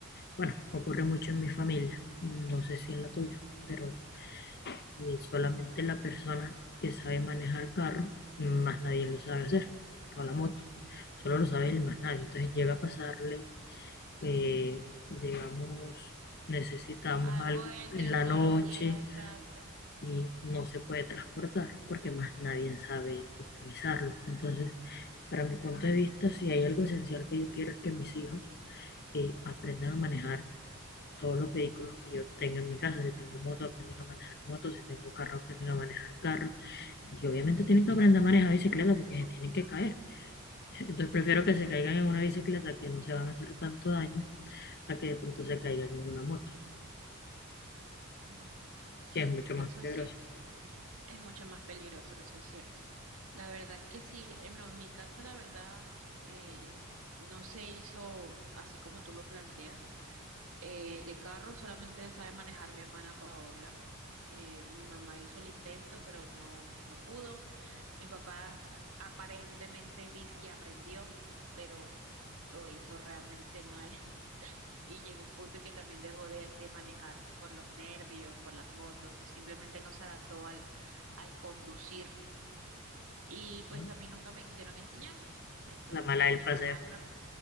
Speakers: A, on the left; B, on the right.
A: Bueno, ocurre mucho en mi familia, mm, no sé si en la tuya, pero eh, solamente la persona que sabe manejar carro, mm, más nadie lo sabe hacer, o la moto, solo lo sabe él y más nadie. Entonces llega a pasarle, eh, digamos, necesitamos
B: Algo
A: algo
B: a él,
A: en
B: Dios
A: la
B: no
A: noche
B: lo quiera, esa... tem-
A: y no se puede transportar porque más nadie sabe utilizarlo. Entonces, para mi punto de vista, si hay algo esencial que yo quiero es que mis hijos eh, aprendan a manejar todos los vehículos que yo tenga en mi casa. Si tengo moto, aprenden a manejar moto. Si tengo carro, aprenden a manejar carro. Y obviamente
B: Sí,
A: tienen
B: claro.
A: que aprender a manejar bicicleta porque se tienen que caer. Entonces prefiero que se caigan en una bicicleta que no se van a hacer tanto daño a que de pronto se caigan en una moto,
B: Mm, Sí,
A: que es mucho
B: eso
A: más peligroso.
B: es cierto. Es mucho más peligroso, eso es cierto. La verdad es que sí, en en mi casa la verdad eh, no se hizo así como tú lo planteas. Eh, de carro solamente sabe manejar mi hermana Paola. Eh, mi mamá hizo el intento, pero no, no pudo. Mi papá aparentemente dice que aprendió, pero lo hizo realmente mal <laughs> y llegó un punto que también dejó de, de manejar por los nervios, por las motos, simplemente no se adaptó al, al conducir y pues
A: ¿no?
B: a mí nunca me quisieron enseñar. Entonces
A: La mala del
B: mi
A: paseo.
B: mamá es una